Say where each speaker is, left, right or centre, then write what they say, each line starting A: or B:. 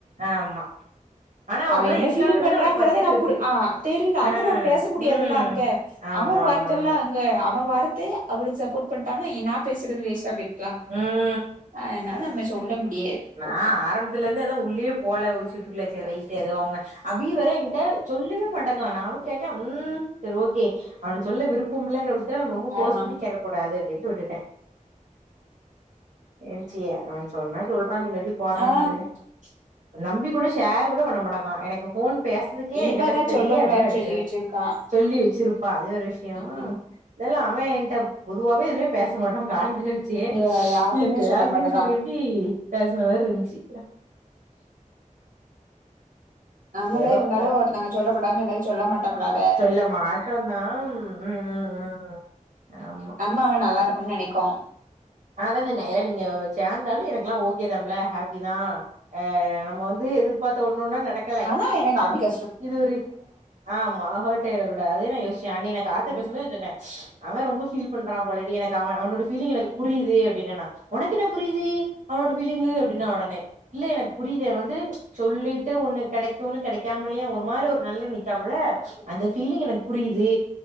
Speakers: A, on the right (about 70°); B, on the right (about 85°).
A: ஆ ஆமா ஆனா
B: அவ
A: அப்டிதா
B: என்ன
A: இருக்காங்கறது
B: ஃபீல் பண்றாங்கறத
A: நம்மளுக்கு பச்சையா
B: நா
A: தெரிது
B: புடு ஆ தெரில அது
A: ஆ
B: நா பேச முடியாதுல்ல
A: ம்
B: அங்க
A: ஆமா
B: அவ வர்த்துல்ல
A: ஆமா ஆமா
B: அங்க அவ வர்த்து அவளுக்கு சப்போர்ட் பண்ணிட்டான்னா இ நா பேசுறது வேஸ்டா போய்டு கா
A: வ
B: நா அதனால அங்க சொல்ல முடியாது
A: நான்
B: ஓப்பனா
A: ஆரம்பத்துலருந்தே அதா உள்ளயே போல உஷித்துக்குள்ள செர் ரைட்டு அது அவங்க அத் பி வேற எங்கிட்ட சொல்லவே மாட்டக்கா நானு கேக்க ம் செரி ஓகே அவனுக்கு சொல்ல விருப்பம் இல்லங்குற விஷயத்துல நம்ப ரொம்பவு
B: யாருனா
A: ஃபோர்ஸ் பண்ணி கேக்கவ் கூடாது அப்டின்ட்டு விட்டுட்டே என்ச்சிய அவ சொன்னா சொல்றா இல்லாடிப் போறான்
B: ஆ
A: விட்டுட்டே ம்ச் அ நம்பி கூட ஷேர் கூட பண்ண மாடக்கா எனக்கு ஃப் ஃபோன் பேசுறதுக்கே
B: இவதா
A: என்ன பேசன்னு தெர்லயே
B: சொல்ல
A: அப்டின்னு
B: கூடாதுன்னு
A: தா ஆடிச்சனே
B: சொல்லி வச்சிருக்கா
A: சொல்லி வச்சிருப்பா அது வேற விஷய
B: ம் ம்
A: இதெல்லா அவ என்ட்ட பொதுவாவே எதுவுமே பேச மாட்டா காலேஜ்ல வச்சே
B: ய யார்ட்டயுமே
A: இது பேசணுங்கறிதுக்க
B: சொல்ல மாட்டேதா
A: டி பேசனவேருஞ்ச்சு
B: நம்மளே
A: ஏதோ
B: இருந்தாலு
A: போ
B: ஒருத்தவங்க சொல்லக் கூடானு சொன்னது சொல்ல மாட்டோம்லாது
A: சொல்ல மாட்டோந்தா ம் ம் ம் ஆமா
B: அம்மாவ நல்லா இருக்கும்னு நெனைக்கு
A: அதா சொன்னே ஏல நீங்க சேந்தாலு எனக்குல்லா ஓகே தாம்புல ஹாப்பி தா ஆ நம்ம வந்து எதிர்பாத்த ஒன்னொன்னா நடக்
B: ஆனா எனக் <unintelligible>
A: இது ஒரு ஆமா ஹோட்டை கூட அது நா யோசிய அ நீ ந கால்த்த
B: ம்ஹூம்
A: பேசும்போது சொன்னே அவ ரொம்ப ஃபீல் பன்றா போலடி எனக்கு அவ அவனு பீலிங் எனக்கு புரியுது அப்படின்ன நா ஒனக்கு என்ன புரியுது அவனோட பீலிங்கு அப்டின்னா ஒடனே இல்ல எனக்கு புரியுதே வந்து சொல்லிட்டு ஒண்ணு கெடைக்கு ஒன்னு கிடைக்காமலயா ஒரு மாரி ஒரு நல்ல நிக்காமல்ல அந்த ஃபீலிங் எனக்கு புரியுது